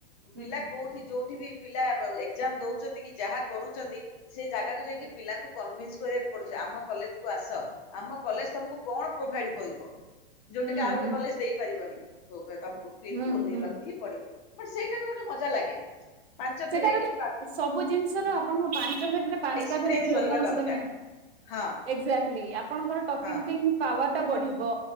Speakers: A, on the right (about 80°); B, on the left (about 40°).
A: ହୁଁ
B: ପିଲା କୋଉଠି ଯୋଉଠି ବି ପିଲା ଏକ୍ଜାମ ଦଉଛନ୍ତି କି ଯାହା କରୁଛନ୍ତି ସେ ଜାଗାକୁ ଯାଇକି ପିଲାଙ୍କୁ କନଭିନ୍ସ କରିବାକୁ ପଡୁଛି ଆମ କଲେଜ କୁ ଆସ ଆମ କଲେଜ ତମକୁ କଣ ପ୍ରୋଭାଇଡ କରିବ ଯୋଉ
A: ହୁଁ
B: ଟିକି ଆଉ ଗୋଟେ
A: ହୁଁ
B: କଲେଜ ଦେଇପାରିବନି। ହୋଗ ତମକୁ ଫିଲ୍ଡକୁୁ
A: ହୁଁ
B: ଓହ୍ଲେଇବା
A: ହୁଁ
B: କୁ ହିଁ ପଡିବ। ବଟ ସେଇଟାରୁ ଗୋଟେ ମଜା ଲାଗେ। ପାଞ୍ଚ
A: ସେଠାର
B: ଭେରାଇଟି
A: ବି ସବୁ ଜିନିଷ ର ଆପଣଙ୍କ ପାଞ୍ଚ ଭେର ପାଞ୍ଚଟା
B: ଏକ୍ସପିରିଏନ୍ସ
A: ଭେରାଇଟି ଲୋକଙ୍କ
B: ରହିବା ଦରକାର
A: ସହିତ
B: ହଁ
A: ଏକ୍ଜାକ୍ଟିଲି ଆପଣଙ୍କର ଟଙ୍କିଙ୍ଗ
B: ହଁ
A: ଥିଙ୍ଗ ପାୱାର ଏଟା ବଢିବ।